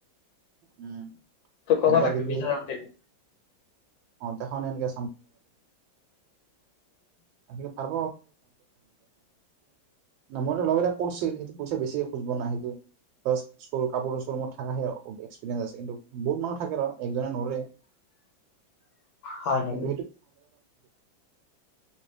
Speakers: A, on the right (about 90°); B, on the left (about 75°).
A: উম
B: তোৰ কব
A: এনেকা
B: লাগবি
A: দিলি
B: বিছ হাজাৰ দিবি
A: অ তেখন এনকে <unintelligible> <unintelligible> না মই ল'ৰাকেইটাক কৈছোৱে সেতি পইচা বেছিকে খুজিব নাহিতে বচ চৰ কাপোৰ চ ৰোমত থকা সেয়া ব এক্সপ্ৰিয়েঞ্চ আছে বহুত মানুহ থাকে তাত একজনে নোৱৰে
B: হয় নেকি?
A: <unintelligible>